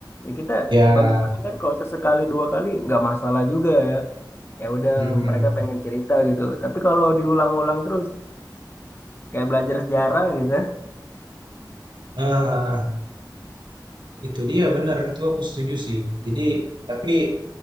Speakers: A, on the left (about 30°); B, on the right (about 80°).
A: ya kita
B: Ya,
A: sebagai pendengar kalau sesekali dua kali nggak masalah juga ya udah
B: mm,
A: mereka pengen cerita gitu tapi kalau diulang-ulang terus kayak belajar sejarah gitu
B: ah, itu dia benar itu aku setuju sih. Jadi tapi